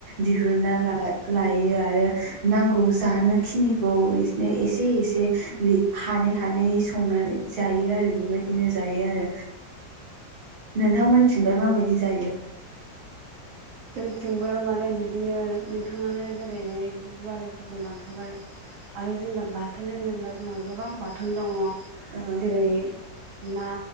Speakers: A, on the right; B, on the right.
A: दिहुनना लायो आरो नांगौ जानो खिनिखौ बिदिनो एसे एसे नि हानै हानै संनानै जायो आरो बेबायदिनो जायो आरो नोंथांमोनथिंलाय माबायदि जायो <inaudible>
B: जोंथिंबो माने बिदिनो नोंथाङानो जेरैहाय गुवारै फोरमायलांखाबाय आरो जेनेबा बाथोन होनोब्ला जोंहा गोबां बाथोन दङ
A: ओ
B: जेरै ना